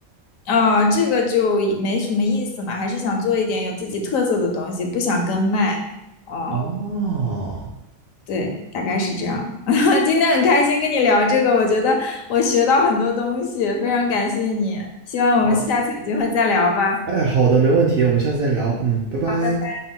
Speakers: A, on the left; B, on the right.
A: 啊、这个就也没什么意思嘛，还是想做一点有自己特色的东西，不想跟卖。哦，
B: 哦，
A: 对，大概是这样。<laughs> 今天很开心跟你聊这个，我觉得我学到很多东西，非常感谢你。希望我们下次有机会再聊吧。
B: 哦哎，好的，没问题，我们下次再聊。嗯，拜拜。
A: 好，拜拜。